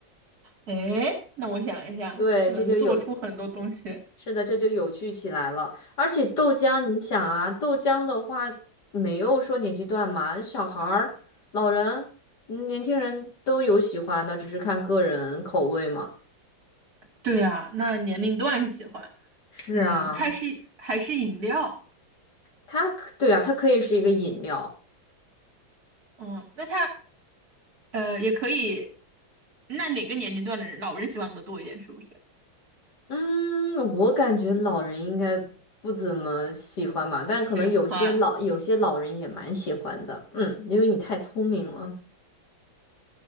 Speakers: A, on the right (about 50°); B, on the left (about 55°).
A: 诶，那我想一下，
B: 对，
A: 它能做出很多东西。
B: 这就有。是的，这就有趣起来了。而且豆浆，你想啊，豆浆的话没有说年纪段嘛，小孩儿、老人、嗯年轻人都有喜欢的，只是看个人口味嘛。
A: 对呀，那年龄段喜欢。
B: 是啊，
A: 嗯，它是还是饮料？
B: 它可对啊，它可以是一个饮料。
A: 嗯，那它呃也可以。那哪个年龄段的人，老人喜欢的多一点？是不是？
B: 嗯，我感觉老人应该不怎么喜欢吧，但可能有些老有些老人也蛮喜欢的。
A: 喜欢。
B: 嗯，因为你太聪明了。